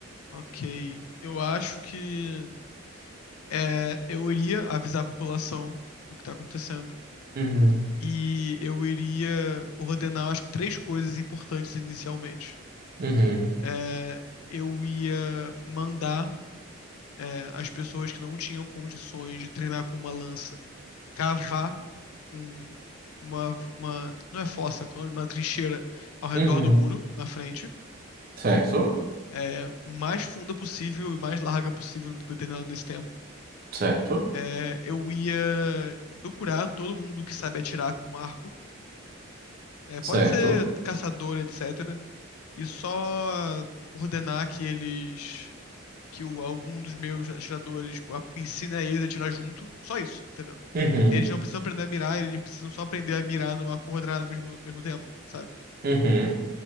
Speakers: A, on the left (about 85°); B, on the right (about 45°).
A: ok. Eu acho que é, eu iria avisar a população do que tá acontecendo.
B: Uhum,
A: E eu iria ordenar, acho que, três coisas importantes inicialmente.
B: uhum,
A: É, eu ia mandar é, as pessoas que não tinham condições de treinar com uma lança cavar um- uma, uma- não é fossa, quando uma trincheira ao redor
B: uhum.
A: do muro, na frente,
B: Certo,
A: é, o mais funda possível e o mais larga possível no determinado nesse tempo.
B: certo,
A: É, eu ia procurar todo mundo que sabe atirar com um arco, é,
B: certo.
A: pode ser caçador, etc., e só ordenar que eles, que o, algum dos meus atiradores, tipo, a piscina é eles atirar junto, só isso, entendeu?
B: Uhum,
A: Eles não precisam aprender a mirar, eles precisam só aprender a mirar numa coordenada ao mesmo, mesmo tempo, sabe?
B: uhum,